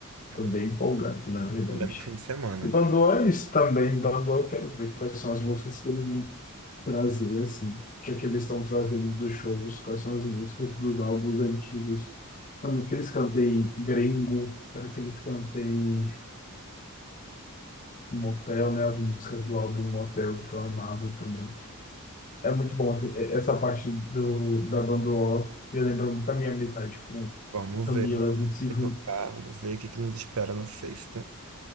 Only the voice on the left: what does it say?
Tô bem empolgado, na verdade.
E Bandoa é isso também. Bandoa eu quero ver quais são as músicas que eles vão trazer, assim, o que é que eles estão trazendo dos shows, quais são as músicas dos álbuns antigos. É muito que eles cantem Gringo, quero que eles cantem Motel, né, as músicas do álbum Motel, que eu amava também. É muito bom assim, e- essa parte do, da banda O, me lembra muito da minha amizade com
Camila,
a
gente
se junta.